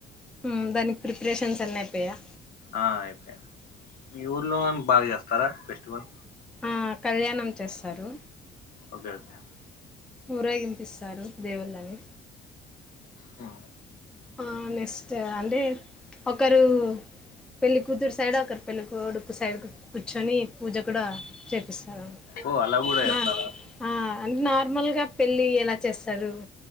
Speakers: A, in the centre; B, on the left.
A: హు దానికి ప్రిపరేషన్స్ అన్ని అయిపోయా
B: ఆ అయిపోయి మీ ఊర్లో గని బాగా చేస్తారా ఫెస్టివల్
A: ఆ కళ్యాణం చేస్తారు
B: ఓకే ఓకే
A: ఊరేగింపిస్తారు దేవుళ్ళని
B: హు
A: ఆ నెస్ట్ అంటే ఒకరు పెళ్ళికూతురు సైడ్ ఒకరు పెళ్లిికడుకు సైడ్ కూర్చొని పూజ కూడా చేపిస్తారు
B: ఓ అలా కూడా చేస్తారా
A: నా ఆ అంటే నార్మల్గా పెళ్ళి ఎలా చేస్తారు